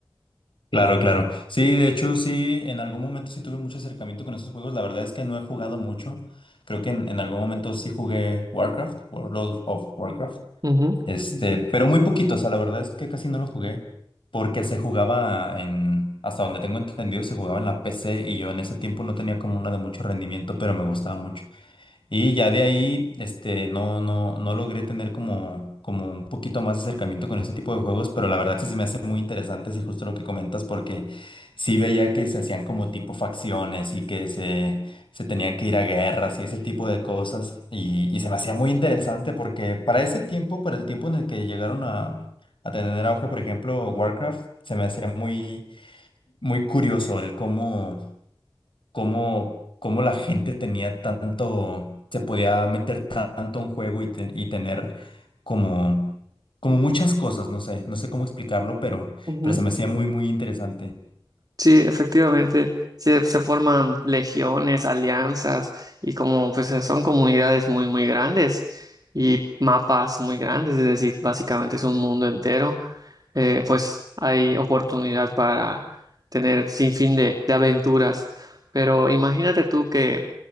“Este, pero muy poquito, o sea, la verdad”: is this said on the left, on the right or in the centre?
Left